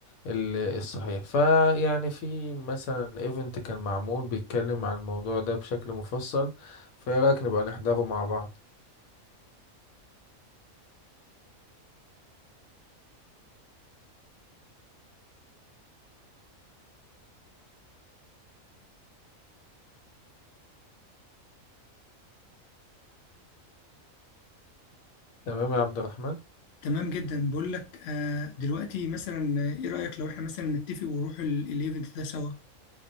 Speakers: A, on the left (about 80°); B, on the left (about 65°).
A: ال- الصحيح فيعني في مثلا ايفنت كان معمول بيتكلم عن الموضوع ده بشكل مفصل فايه رأيك نبقى نحضره مع بعض تمام يا عبد الرحمن
B: تمام جدا بقول لك آه، دلوقتي مثلا آه، ايه رايك لو احنا مثلا نتفق ونروح ال- الايفنت ده سوا